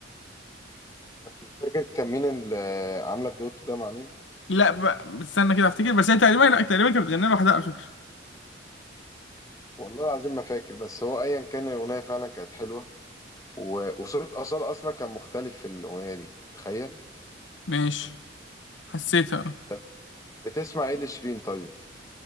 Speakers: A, on the left; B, on the left.
A: بس مش فاكر كان مين اللي عامله الدوت ده مع مين
B: لا بقى استنى كده افتكر بس هي تقريبا لا تقريبا كانت بتغني لوحدها على فكرة
A: والله العظيم ما فاكر بس هو ايا كان الاغنيه فعلا كانت حلوه و- وصوت اصال اصلا كان مختلف في الاغنيه دي تخيل
B: ماشي حسيتها اه
A: طب بتسمع ايه لشيرين طيب